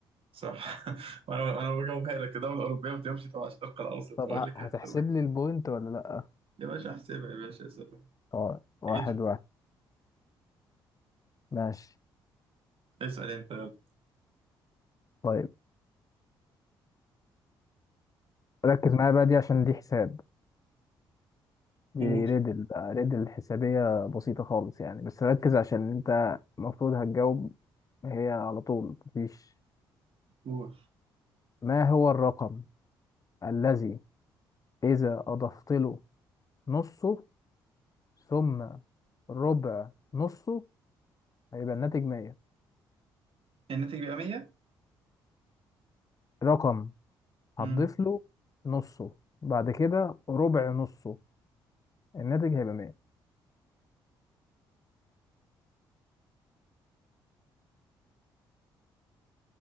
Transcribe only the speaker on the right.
صح <laughs> وأنا أنا بجاوبها لك دولة أوروبية وتمشي تبع الشرق الأوسط
أقول
لك
إيه أكتر من كده
يا باشا أحسبها يا باشا أحسبها
جيت في بالي.
اسأل أنت يلا
قول
قول
الناتج بيبقى 100
مم.